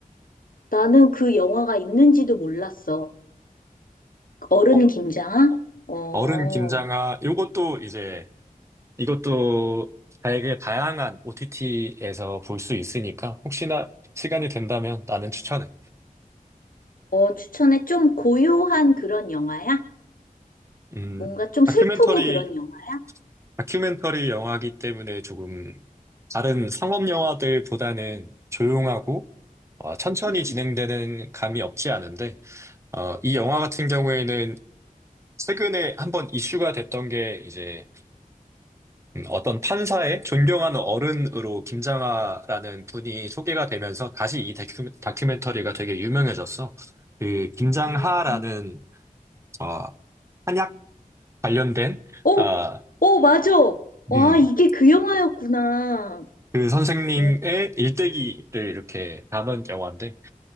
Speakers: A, on the left; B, on the right.
A: 나는 그 영화가 있는지도 몰랐어. 어른
B: 어,
A: 김장아? 어.
B: 어른 김장아, 이것도 이제, 이것도 되게 다양한 OTT에서 볼 수 있으니까 혹시나 시간이 된다면 나는 추천해.
A: 어, 추천해. 좀 고요한 그런 영화야?
B: 음,
A: 뭔가 좀
B: 다큐멘터리
A: 슬프고 그런 영화야?
B: 다큐멘터리 영화이기 때문에 조금 다른 상업 영화들보다는 조용하고 어, 천천히
A: 음.
B: 진행되는 감이 없지 않은데 어, 이 영화 같은 경우에는 최근에 한번 이슈가 됐던 게 이제 음, 어떤 판사의 존경하는 어른으로 김장하라는 분이 소개가 되면서 다시 이 다큐, 다큐멘터리가 되게 유명해졌어. 그 김장하라는
A: 음.
B: 어, 한약 관련된
A: 오,
B: 아,
A: 오, 맞아. 와,
B: 음,
A: 이게 그 영화였구나.
B: 그 선생님의
A: 어,
B: 일대기를 이렇게 담은 영화인데,